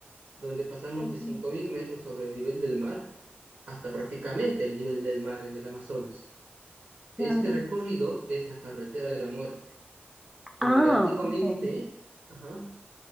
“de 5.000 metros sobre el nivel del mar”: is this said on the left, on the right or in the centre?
Right